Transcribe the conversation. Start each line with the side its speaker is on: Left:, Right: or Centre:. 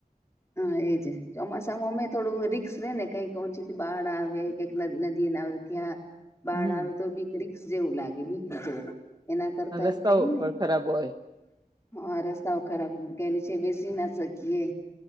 Left: હન, એ જ. ચોમાસ તામામય થોડું રીક્સ રેને કંઈક વચ્ચેથી બાડ આવે, કંઈક નદ નદી-નાડા ક્યાં બાડ
Right: હમ
Left: આવે તો બીક રીકસ જેવું લાગે બીક જેવું એના કરતા
Right: રસ્તાઓ
Left: એમ થયું ને
Right: પણ ખરાબ હોય
Left: હઅ, રસ્તાઓ ખરાબ કયાય નીચે બેસી ના શકીએ.